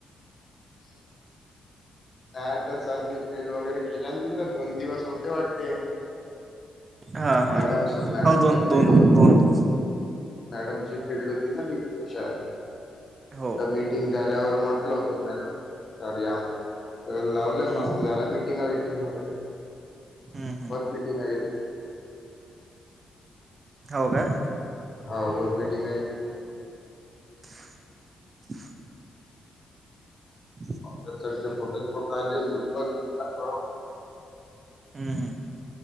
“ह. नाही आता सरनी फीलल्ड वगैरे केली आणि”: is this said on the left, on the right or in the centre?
Left